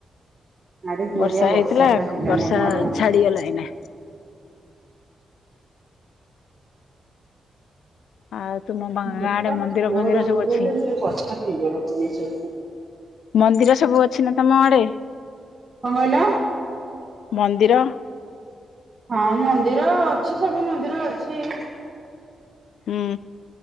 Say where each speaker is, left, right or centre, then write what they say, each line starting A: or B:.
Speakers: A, on the right (about 40°); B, on the left (about 80°).
A: ଆଡେ ଜୋରିଆ
B: ବର୍ଷା ହେଇଥିଲା।
A: ପୁରା ହେଲାଣି
B: ବର୍ଷା
A: ଆମ ଆଡେ।
B: ଛାଡିଗଲା ଏଇନା। ଆଉ ତୁମ ଗାଁ
A: ନେଟୱାର୍କ
B: ଆଡେ ମନ୍ଦିର
A: ସ୍ଲୋ
B: ଫନ୍ଦିର
A: ରହୁଛି
B: ସବୁ ଅଛି
A: ମାନେ ମୁଁ ଟିକେ କଥା କ୍ଲିୟର ହଉନାହିଁ ସେ ପାଇଁ।
B: ମନ୍ଦିର ସବୁ ଅଛି ନା ତୋମ ଆଡେ?
A: କଣ କହିଲ?
B: ମନ୍ଦିର।
A: ହଁ ମନ୍ଦିର ଅଛି ସବୁ ମନ୍ଦିର ଅଛି। ଏଇ
B: ହୁଁ।